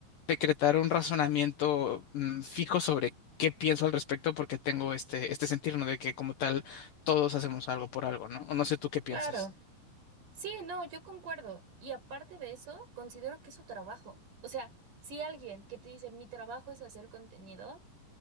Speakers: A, on the left; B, on the right.
A: decretar un razonamiento mm, fijo sobre qué pienso al respecto porque tengo este, este sentir, ¿no? De que como tal todos hacemos algo por algo, ¿no? O No sé tú qué pienses.
B: Claro. Sí, no, yo concuerdo. Y aparte de eso, considero que es su trabajo. O sea, si alguien que te dice, mi trabajo es hacer contenido,